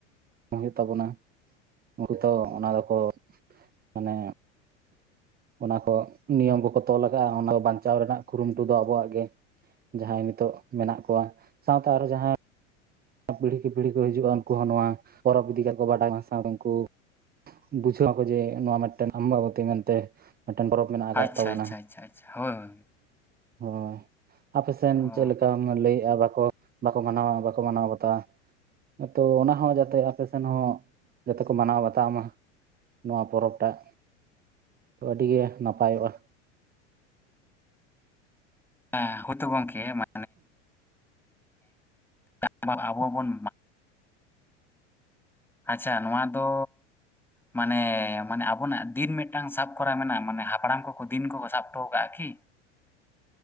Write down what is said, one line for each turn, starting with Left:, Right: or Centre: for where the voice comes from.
Right: ᱦᱩᱭᱩᱜ ᱛᱟᱵᱚᱱᱟ᱾ ᱦᱚᱭᱛᱳ ᱚᱱᱟ ᱫᱚᱠᱚ ᱢᱟᱱᱮ ᱚᱱᱟ ᱠᱚ ᱱᱤᱭᱚᱢ ᱠᱚᱠᱚ ᱛᱚᱞ ᱟᱠᱟᱜ-ᱟ ᱚᱱᱟ ᱵᱟᱧᱪᱟᱣ ᱨᱮᱱᱟᱜ ᱠᱩᱨᱩᱢᱩᱴᱩ ᱫᱚ ᱟᱵᱚᱣᱟᱜ ᱜᱮ᱾ ᱡᱟᱦᱟᱸᱭ ᱱᱤᱛᱳᱜ ᱢᱮᱱᱟᱜ ᱠᱚᱣᱟ, ᱥᱟᱶᱛᱮ ᱟᱨᱚ ᱡᱟᱦᱟᱸ ᱯᱤᱲᱦᱤ ᱠᱮ ᱯᱤᱲᱦᱤ ᱠᱚ ᱦᱤᱡᱩᱜ-ᱟ ᱩᱱᱠᱩ ᱦᱚᱸ ᱱᱚᱣᱟ ᱯᱚᱨᱚᱵ ᱤᱫᱤ ᱠᱟᱠᱚ ᱵᱟᱰᱟᱭ ᱢᱟᱥᱟ ᱩᱱᱠᱩ ᱵᱩᱡᱷᱟᱹᱣᱟᱠᱚ ᱡᱮ ᱱᱚᱣᱟ ᱢᱤᱫᱴᱮᱱ ᱟᱢᱵᱟᱵᱚᱛᱤ ᱢᱮᱱᱛᱮ ᱢᱤᱫᱴᱮᱱ ᱯᱚᱨᱚᱵᱽ ᱢᱮᱱᱟᱜ ᱟᱠᱟᱫ
Centre: ᱟᱪᱪᱷᱟ
Right: ᱛᱟᱵᱚᱱᱟ
Centre: ᱟᱪᱪᱷᱟ ᱟᱪᱪᱷᱟ ᱟᱪᱪᱷᱟ ᱦᱳᱭ ᱦᱳᱭ
Right: ᱦᱳᱭ᱾ ᱟᱯᱮᱥᱮᱱ
Centre: ᱚ
Right: ᱪᱮᱫ ᱞᱮᱠᱟᱢ ᱞᱟᱹᱭᱮᱜ-ᱟ ᱵᱟᱠᱚ, ᱵᱟᱠᱚ ᱢᱟᱱᱟᱣᱟ ᱵᱟᱠᱚ ᱢᱟᱱᱟᱣ ᱵᱟ ᱛᱟ, ᱠᱤᱱᱛᱩ ᱚᱱᱟ ᱦᱚᱸ ᱡᱟᱛᱮ ᱟᱯᱮ ᱥᱮᱱ ᱦᱚᱸ ᱡᱟᱛᱮ ᱠᱚ ᱢᱟᱱᱟᱣ ᱵᱟᱛᱟᱣ ᱢᱟ᱾ ᱱᱚᱣᱟ ᱯᱚᱨᱚᱵ ᱴᱟᱜ ᱛᱚ, ᱟᱹᱰᱤᱜᱮ ᱱᱟᱯᱟᱭᱚᱜ-ᱟ᱾
Centre: ᱦᱮᱸ ᱦᱳᱭᱛᱚ ᱜᱚᱝᱠᱮ ᱢᱟ <unintelligible> ᱟᱵᱚ ᱵᱚᱱ ᱟᱪᱪᱷᱟ ᱱᱚᱣᱟ ᱫᱚ ᱢᱟᱱᱮ ᱢᱟᱱᱮ ᱟᱵᱚᱱᱟᱜ ᱫᱤᱱ ᱢᱤᱫᱴᱟᱝ ᱥᱟᱵ ᱠᱚᱨᱟᱣ ᱢᱮᱱᱟᱜ-ᱟ ᱢᱟᱱᱮ ᱦᱟᱯᱲᱟᱢ ᱠᱚᱠᱚ ᱫᱤᱱ ᱠᱚᱠᱚ ᱥᱟᱵ ᱦᱚᱴᱚ ᱠᱟᱜ-ᱟ ᱠᱤ?